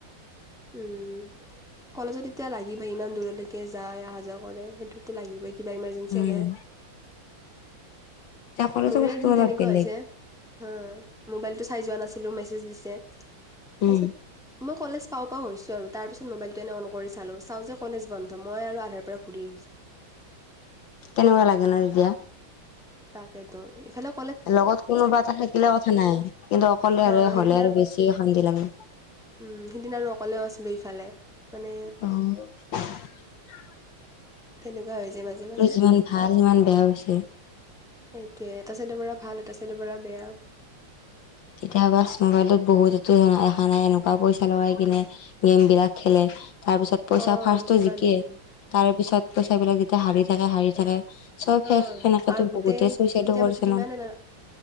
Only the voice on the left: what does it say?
উম
এতিয়া কলেজৰ
কথাটো
অলপ
বেলেগ
উম
কেনেকুৱা লাগে ন এতিয়া।
লগত কোনোবা এটা থাকিলে কথা নাই কিন্তু অকলে
আৰু
হলে আৰু বেছি শান্তি লাগে।
আহ।
যিমান
ভাল সিমান বেয়া হৈছে।
কেতিয়াবা মোবাইলত বহুতো দেখা নাই এনেকুৱা পইচা লগাই কিনে গেম বিলাক খেলে। তাৰ পিছত পইচা
ফাৰ্ষ্টটো
জিকে
তাৰ পিছত পইচা বিলাক যেতিয়া হাৰি থাকে হাৰি থাকে। চব শেষ
সেনেকেতো
বহুতে চুইচাইডো
কৰিছে
ন